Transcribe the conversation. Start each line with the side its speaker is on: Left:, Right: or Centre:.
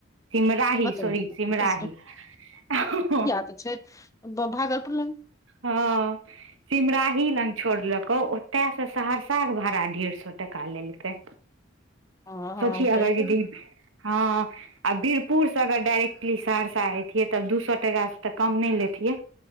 Right: सिमराही
Left: बतैयौ
Right: सॉरी सिमराही आ ह ह
Left: पछ भागलपुर ला
Right: हँ सिमराही लऽ छोड़लको ओतयसँ सहरसाके भाड़ा डेढ़ सए टाका लेलकै
Left: ह हँ
Right: सोची
Left: तऽ
Right: अगर यदि हँ आ वीरपुर से अगर डायइरेक्टली सहरा एतियै तब दू सए टकास से तऽ कम नहि लेतियै